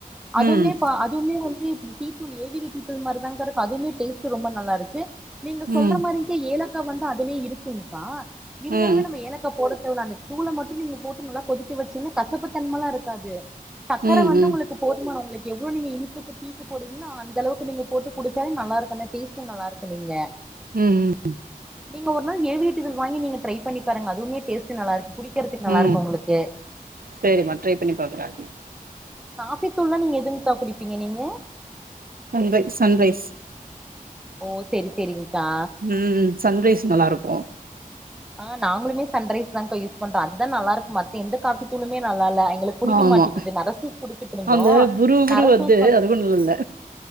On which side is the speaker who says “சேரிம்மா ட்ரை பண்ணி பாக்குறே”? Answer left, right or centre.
Right